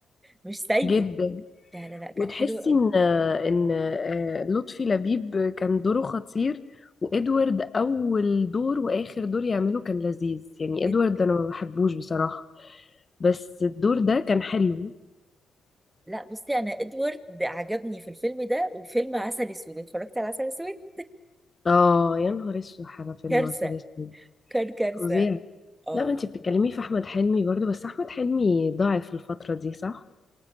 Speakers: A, on the right; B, on the left.
A: مش سايبك
B: جدا
A: لا لا لا كان
B: وتحسي
A: حلو قوي
B: ان ان آه، لطفي لبيب كان دوره خطير وادوارد اول دور واخر دور يعمله كان لذيذ يعني
A: جدا
B: ادوارد انا ما بحبوش بصراحة بس الدور ده كان حلو
A: لا بصي انا ادوارد عجبني في الفيلم ده وفيلم عسل اسود اتفرجت على عسل اسود
B: اه يا نهار اسود على فيلم
A: كارثه
B: عسل اسود
A: كان كارثه
B: فظيع
A: اه
B: لا ما انت بتتكلمي في احمد حلمي برضو بس احمد حلمي ضاعف الفترة دي صح